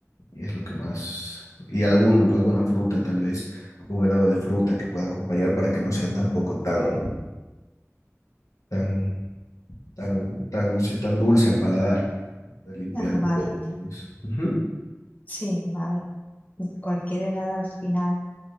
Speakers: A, on the left (about 85°); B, on the left (about 30°).
A: y es lo que más, y algún, alguna fruta tal vez, un helado de fruta que pueda acompañar para que no
B: Mm,
A: sea tampoco tan, tan, tan, tan, no sé, tan dulce al paladar, poder limpiarlo
B: Ah,
A: un
B: vale.
A: poco.
B: entiendo.
A: tal vez. Ujú.
B: Sí, a ver. Cualquier helado al final